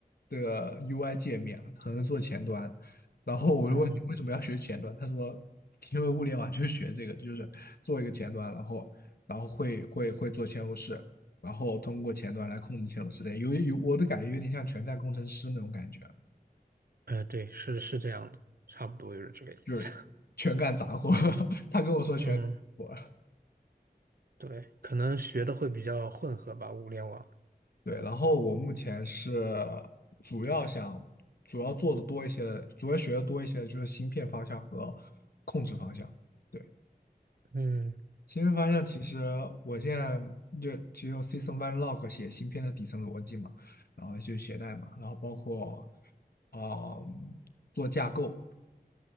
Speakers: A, on the left; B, on the right.
A: 这个 UI 界面啊，很会做前端，然后我就问你为什么要学前端，
B: 嗯
A: 他说因为物联网就是学这个，就是做一个前端，然后然后会会会做嵌入式，然后通过前端来控制嵌入式的，有有我的感觉有点像全站工程师那种感觉，
B: 哎，对，是是这样的，差不多就是这个意思。
A: 就是全干杂活，<laughs> 他跟我说全干活。
B: <laughs> 嗯，对，可能学的会比较混合吧，物联网。
A: 对，然后我目前是主要想主要做的多一些主要学的多一些就是芯片方向和控制方向。对，
B: 嗯，
A: 芯片方向其实我现在就只用 System One Log 写芯片的底层逻辑嘛，然后就写代码，然后包括啊、呃做架构，